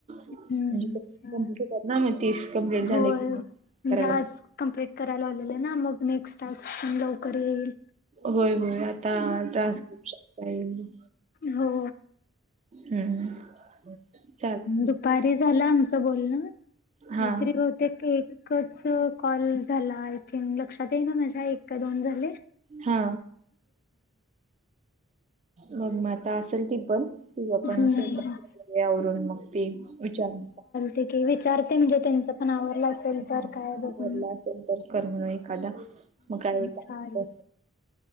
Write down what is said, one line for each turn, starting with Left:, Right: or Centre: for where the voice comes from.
Right: म्हणजे
Left: हम्म चालेल.
Right: कंम्प्लीट होतात ना मग तीस कमप्लीट झाले
Left: होय
Right: की मग.
Left: म्हणजे
Right: करायला
Left: आज कंप्लीट करायला लावलेलं ना मग नेक्स्ट टास्क लवकर येईल.
Right: होय होय आता ट्रान्सस्क्रीप्शन चा येईल.
Left: हो.
Right: हम्म. चाल
Left: दुपारी झाल आमचं बोलणं
Right: हा
Left: एतील बहु ते एकच कॉल झाला आय थिंक लक्षात येई ना माझ्या एक का दोन झाले
Right: हा मग मात ता असेल ती पण त आपण
Left: हम्म.
Right: शवरून मग त विचार
Left: ते की विचारते म्हणजे त्यांच पण आवरलं असेल तर
Right: हा
Left: काय बघू
Right: आवरला असेल कर म्हणून एखादा मग कायबा
Left: चालेल